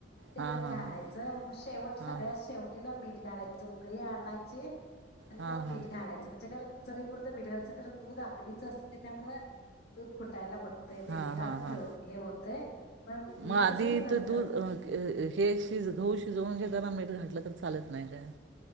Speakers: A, on the left (about 55°); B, on the right (about 65°).
A: ते
B: हां
A: जरा
B: हां
A: घालायचं म शेवट सगळ्यात
B: हां
A: शेवटीला मीठ घालायच उकळी आणाची आणि
B: हां
A: मग
B: हां
A: मीठ
B: हां
A: घालायचं म्हणजे कारण चवीपुरतं मीठ घालायचं कारण दूध आकडीचं असतय त्यामुळ दूध फुटायला बघत ते
B: हां
A: मिठाने
B: हां हां
A: ते हे होतय पण म मीठ
B: मग आधी
A: कस नंतर
B: ते दूध अं, अं, हे शिज गहू शिजवून घेताना मीठ घातलं तर चालत नाही काय?